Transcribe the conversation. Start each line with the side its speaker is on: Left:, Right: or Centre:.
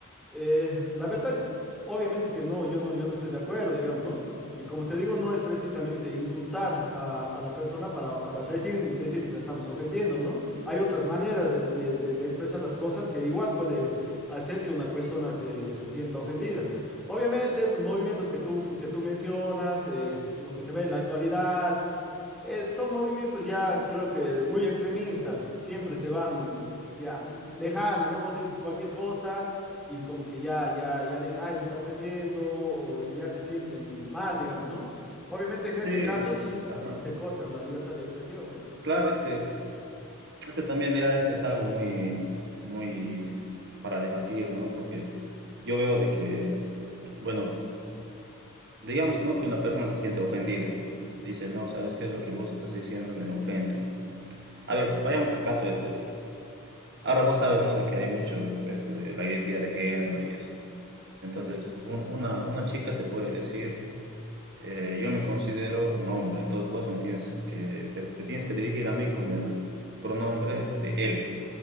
Centre: Eh, la verdad, obviamente que no, yo no, yo no estoy de acuerdo, digamos, ¿no? Y como te digo, no es precisamente insultar a, a la persona para, para recién decir que la estamos ofendiendo, ¿no? Hay otras maneras de, de- de- de expresar las cosas que igual puede hacer que una persona se, se sienta ofendida. Obviamente, estos movimientos que tú, que tú mencionas, eh, lo que se ve en la actualidad, eh, son movimientos ya creo que muy extremistas, siempre se van ya mm, lejano, ¿no? Vos dices cualquier cosa y como que ya, ya, ya dices, ay, me está ofendiendo o ya se sienten mal, digamos, ¿no? Obviamente en ese
Right: Sí,
Centre: caso sí,
Right: ajá.
Centre: sí te cortan la libertad de expresión, ¿no?
Right: Claro, es que, es que también, mira, es, es algo muy, muy para debatir, ¿no? Porque yo veo de que, bueno, digamos, ¿no? Que una persona se siente ofendida. Dice, no, ¿sabes qué? Lo que vos estás diciendo me ofende, dijo, ¿no? A ver, vayamos al caso este, ya. Ahora vos sabes, ¿no? De que hay mucho esto de la identidad de género y eso. Entonces, un- una, una chica te puede decir, eh, yo me considero un hombre, entonces vos me tienes que, te, te tienes que dirigir a mí con el pronombre de él,